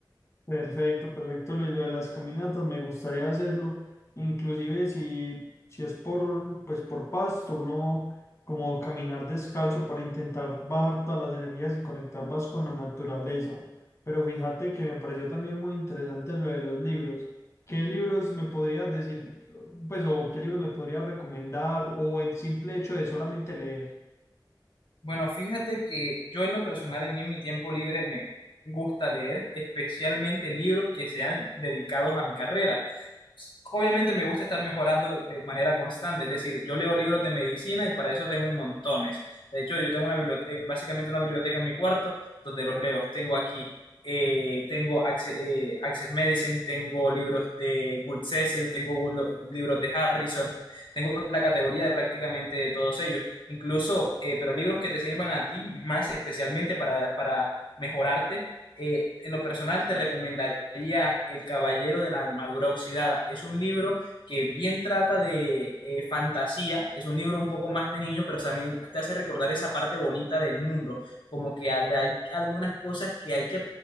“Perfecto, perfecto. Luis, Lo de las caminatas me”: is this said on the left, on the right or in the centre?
Left